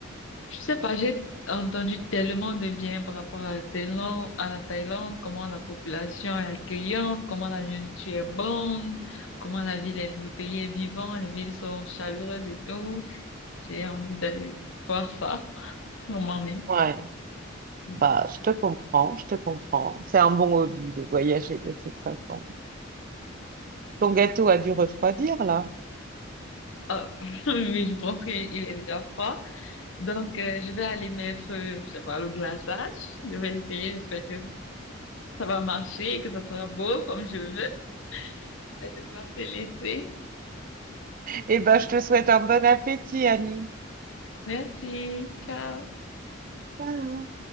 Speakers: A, on the left; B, on the right.
A: Je sais pas, j'ai entendu tellement de bien par rapport à la Thaïlande, à la Thaïlande, comment la population est accueillante, comment la nourriture est bonne, comment la ville est, le pays est vivant, les villes sont chaleureuses et tout. J'ai envie d'aller voir ça, sûrement même.
B: Ouais.
A: Hmm.
B: Bah, je te comprends, je te comprends. C'est un bon hobby de voyager de toute façon. Ton gâteau a dû refroidir là.
A: Ah, <laughs> oui, je pense qu'il est déjà froid. Donc, euh, je vais aller mettre, euh, je sais pas, le glaçage. Je vais essayer. J'espère que ça va marcher et que ça sera beau comme je veux. Je vais devoir te laisser.
B: Eh ben, je te souhaite un bon appétit, Annie.
A: Merci. Ciao.
B: Ciao.